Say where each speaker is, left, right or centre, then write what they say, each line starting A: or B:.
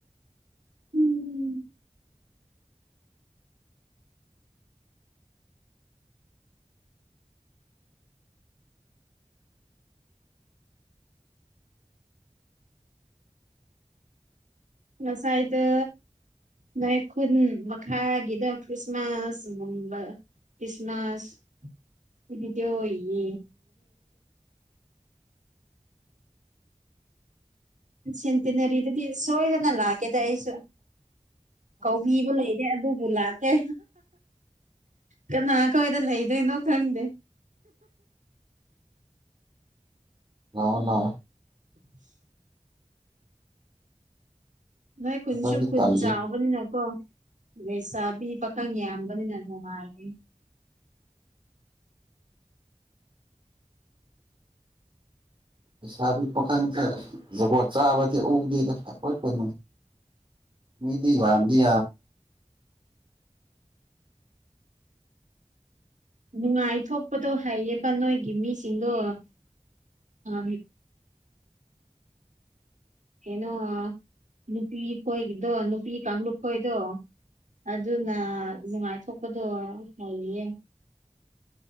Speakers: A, on the right (about 75°); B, on the right (about 40°).
A: ꯎꯝ ꯉꯁꯥꯏꯗ ꯅ ꯈꯨꯟ ꯃꯈꯥꯒꯤꯗ ꯈ꯭ꯔꯤꯁꯃꯥꯁ ꯈ꯭ꯔꯤꯁꯃꯥꯁ ꯑꯗꯨꯗꯤꯣ ꯏ ꯁꯤꯇꯤꯅ ꯔꯔꯤꯗꯤꯗꯤ ꯁꯣꯏꯗꯅ ꯂꯥꯛꯒꯦ ꯇ ꯑꯩꯁꯨ ꯀꯧꯕꯤꯕ ꯂꯩꯔꯦ ꯑꯗꯨꯕꯨ ꯂꯥꯛꯀꯦ ꯀꯅꯥ ꯀꯣꯏꯗ ꯅꯗꯅ ꯈꯪꯗ
B: ꯑꯅꯥ
A: <unintelligible> ꯚꯥꯏ ꯈꯨꯨꯟꯁꯨ
B: ꯑꯩꯈꯣꯏꯗꯤ
A: ꯈꯨꯨꯟ
B: ꯇꯜꯂꯤ
A: ꯆꯥꯕꯅꯤ ꯅ ꯀꯣ ꯂꯩ ꯆꯥꯕꯤ ꯄꯥꯈꯪ ꯌꯥꯝꯕꯅꯤꯅ ꯅꯨꯡꯉꯥꯏꯔꯦ
B: ꯄꯩꯁꯥꯕꯤ ꯄꯥꯈꯪꯁꯦ ꯖꯒꯣꯠ ꯆꯥꯕꯗꯤ ꯎꯗꯦꯗ ꯐꯦ ꯣꯏ ꯃꯤꯗꯤ ꯋꯥꯃꯦ
A: ꯅꯨꯡꯉꯥꯏꯊꯣꯛꯄꯗꯣ ꯍꯩꯌꯦꯕ ꯅꯣꯏꯒꯤ ꯃꯤꯁꯤꯡꯗꯣ ꯑ ꯍ ꯍꯅꯣ ꯅꯨꯄꯤ ꯍꯣꯏꯗꯣ ꯅꯨꯄꯤ ꯀꯥꯡꯂꯨꯞ ꯈꯣꯏꯗꯣ ꯑꯗꯨꯅ ꯅꯨꯡꯉꯥꯏꯊꯣꯛꯄꯗꯣ ꯂꯩꯌꯦ